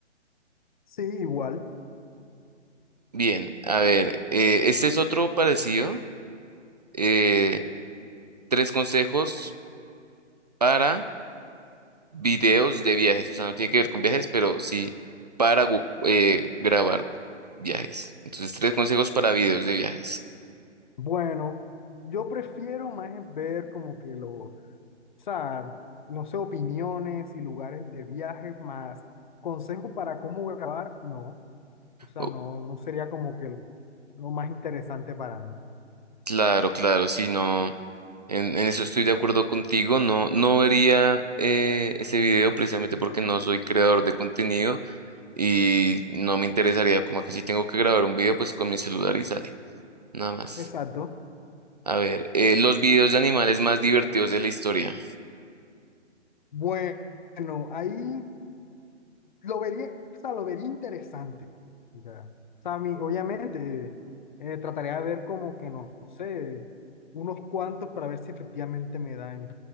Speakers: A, on the left; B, on the right.
A: Sí, igual.
B: Bien, a ver, eh, este es otro parecido. eh, tres consejos para videos de viajes, o sea, no tiene que ver con viajes, pero sí para gu- eh, grabar viajes. Entonces, tres consejos para videos de viajes.
A: Bueno, yo prefiero más es ver como que los, o sea, no sé, opiniones y lugares de viaje, más consejos para cómo grabar, no. O sea,
B: Oh,
A: no, no sería como que lo lo más interesante para mí.
B: claro, claro, sí, no, en, en eso estoy de acuerdo contigo, no, no vería eh, ese video precisamente porque no soy creador de contenido y no me interesaría, como que si tengo que grabar un video, pues con mi celular y sale, nada más.
A: Exacto.
B: A ver, eh, los videos de animales más divertidos de la historia.
A: Bueno, ahí lo vería, o sea, lo vería interesante. Ya. O sea, a mí, obviamente, eh, trataría de ver como que, no sé, unos cuantos para ver si efectivamente me dan